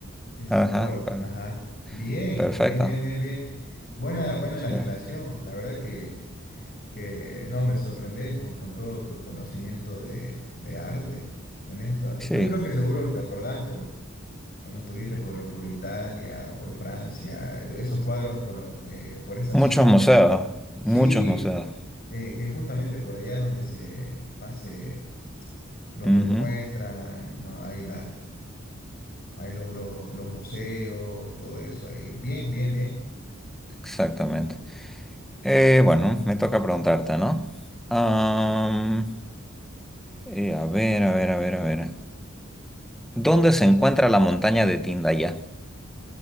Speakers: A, on the left; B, in the centre.
A: Sí, sí,
B: Ajá,
A: Pollock,
B: per-
A: ajá. Bien,
B: perfecto.
A: bien, bien, bien, bien. Buena, buena la
B: Sí.
A: relación. La verdad que, que no, me sorprendes con, con todo tu conocimiento de, de arte. Tenés to-
B: Sí,
A: Yo creo que seguro te acordás por cuando estuviste por, por Italia, por Francia, esos cuadros por, eh, por esa
B: muchos
A: zona.
B: museos,
A: Por...
B: muchos
A: Sí,
B: museos.
A: eh, que justamente por allá es donde se más se los,
B: Ujú,
A: los muestran, ¿no? Hay la hay los, los, los museos, todo eso ahí. Bien, bien, bien.
B: Exactamente. Eh, bueno, me toca preguntarte, ¿no? Am, eh, a ver, a ver, a ver, a ver. ¿Dónde se encuentra la montaña de Tindaya?